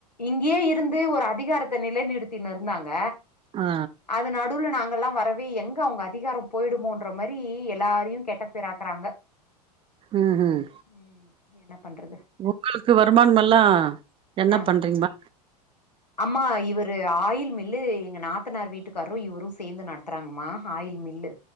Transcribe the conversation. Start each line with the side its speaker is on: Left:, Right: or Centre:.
Left: இங்யே இருந்து ஒரு அதிகாரத்த நிலைநிறுத்தினு இருந்தாங்க
Right: ஆ
Left: அது நடுவுல நாங்கல்லா வரவே எங்க அவங்க அதிகார போயிடுமோன்ற மாரி எல்லாரையு கெட்ட பேராக்குறாங்க
Right: ம் ஹும்
Left: உம் என்ன பண்றது
Right: உங்களுக்கு வருமானம் எல்லா என்ன
Left: ஆ
Right: பண்றீங்மா
Left: அம்மா இவர்ரு ஆயில் மில்லு எங்க நாத்தனார் வீட்டுக்காரு இவரு சேந்து நடத்துறாங்ம்மா ஆயில் மில்லு